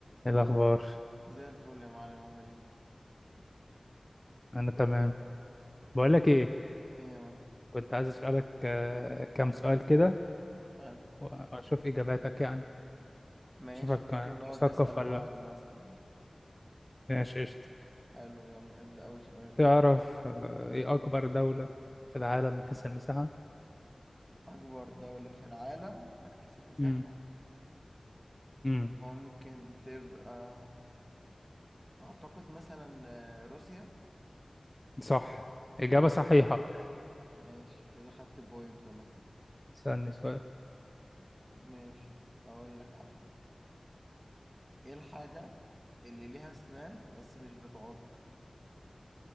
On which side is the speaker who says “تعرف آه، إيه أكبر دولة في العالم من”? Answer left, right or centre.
Left